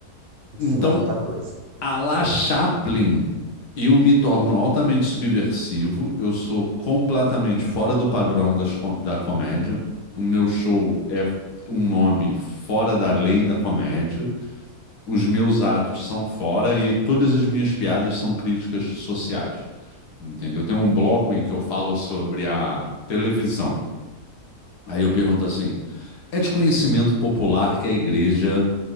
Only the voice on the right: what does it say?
ensina
muita coisa.